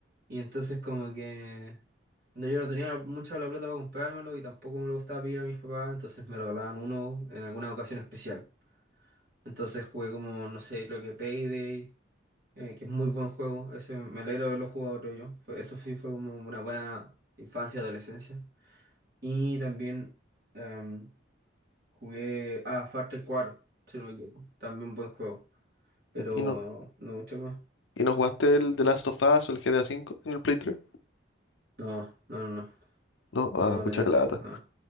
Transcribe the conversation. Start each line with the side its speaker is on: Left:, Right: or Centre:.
Right: Y entonces como que... No, yo no tenía mucha la plata para comprármelo y tampoco me lo gustaba pedir a mis papás, entonces me regalaban uno en alguna ocasión especial. Entonces jugué como, no sé, creo que Payday, eh, que es muy buen juego. Ese, me alegro de haberlo jugado creo yo. Fue- eso sí fue como una buena infancia, adolescencia. Y también em, jugué a Far Cry 4, si no me equivoco. También buen juego pero
Left: ¿Y no,
Right: no mucho más.
Left: y no jugaste el The Last of Us o el GTA V en el Play 3?
Right: No, no, no, no,
Left: No,
Right: no,
Left: ah,
Right: no
Left: pucha
Right: tenía eso,
Left: la lata.
Right: no.